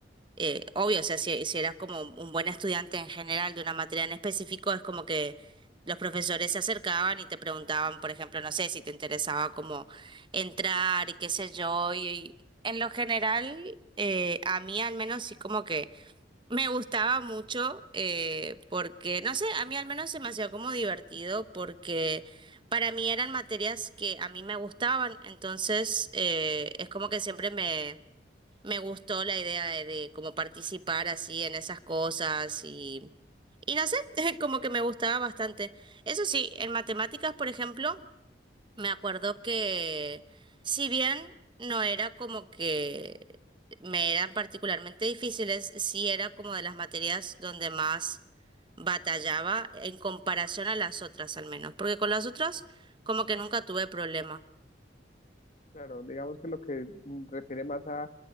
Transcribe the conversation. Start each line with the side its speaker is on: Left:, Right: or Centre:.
Right: eh, obvio, o sea, si, si eras como un buen estudiante en general de una materia en específico, es como que los profesores se acercaban y te preguntaban, por ejemplo, no sé, si te interesaba como entrar y qué sé yo, y, y en lo general, eh, a mí al menos sí como que me gustaba mucho, eh, porque, no sé, a mí al menos se me hacía como divertido porque... Para mí eran materias que a mí me gustaban, entonces eh, es como que siempre me me gustó la idea de, de cómo participar así en esas cosas y, y no sé, <laughs> como que me gustaba bastante. Eso sí, en matemáticas, por ejemplo, me acuerdo que si bien no era como que me eran particularmente difíciles, sí era como de las materias donde más batallaba en comparación a las otras al menos, porque con las otras como que nunca tuve problema.
Left: Claro, digamos que lo que mm, refiere más a,